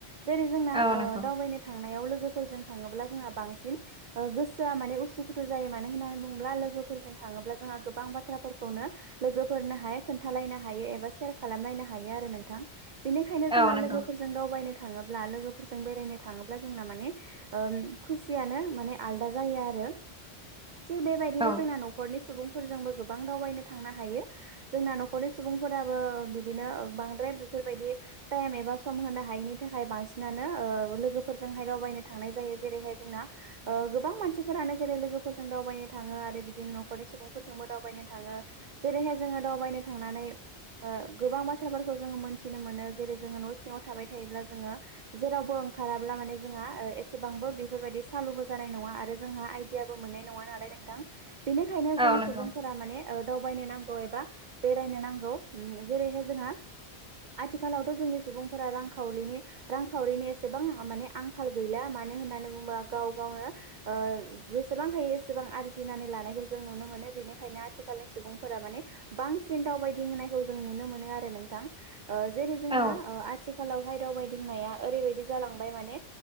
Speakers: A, on the right (about 50°); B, in the centre.
A: जेरै जोंना
B: औ
A: ओ
B: नंगौ
A: दावबायनो थांनायाव लोगोफोरजों थाङोब्ला जोंहा बांसिन गोसोआ माने उसुखुथु जायो मानो होननानै बुङोब्ला लोगोफोरजों थाङोब्ला जोंहा गोबां बाथ्राफोरखौनो लोगोफोरनो हाया खोन्थालायनो हायो एबा शेयार खालामलायनो हायो आरो नोंथां बेनिखायनो जोंहा
B: औ नंगौ
A: लोगोफोरजों दावबायनो थाङोब्ला लोगोफोरजों बेरायनो थाङोब्ला जोंना माने खुसियानो माने आलदा जायो आरो थिग बेबायदिनो
B: औ
A: जोंना न'खरनि सुबुंफोरजोंबो गोबां दावबायनो थांनो हायो जोंना न'खरनि सुबुंफोराबो बिदिनो बांद्राय बेफोरबायदि टाइम एबा सम होनो हायैनि थाखाय बांसिनानो लोगोफोरजोंहाय दावबायनो थांनाय जायो जेरैहाय जोंना गोबां मानसिफोरानो जेरै लोगोफोरजों दावबायनो थाङो आरो बिदिनो न'खरनि सुबुंफोरजोंबो दावबायनो थाङो जेरैहाय जोङो दावबायनो थांनानै गोबां बाथ्राफोरखौ जोङो मोनथिनो मोनो। जेरै जोङो न' सिङाव थाबाय थायोब्ला जोङो, जेरावबो ओंखाराब्ला माने जोंहा एसेबांबो बेफोरबायदि सालुबो जानाय नङा आरो जोंहा आइ आइदियाबो मोननाय नङा नालाय नोंथां बेनिखायनो
B: औ
A: जों
B: नंगौ
A: सुबुंफोर माने दावबायनो नांगौ एबा बेरायनो नांगौ जेरैहाय जोंहा, आथिखालावथ' जोंनि सुबुंफोरा रांखावरिनि, रांखावरिनि एसेबां माने आंखाल गैला मानो होननानै बुङोबा गाव गावनो ओ, जेसेबां हायो एसेबां आरजिनानै लानायखौ जों नुनो मोनो बेनिखायनो आथिखालनि सुबुंफोरा माने, बांसिन दावबायदि होननायखौ जों नुनो मोनो आरो नोंथां। ओ जेरै जोंना
B: औ
A: आथिखालावहाय दावबायदिंनाया ओरैबायदि जालांबाय माने,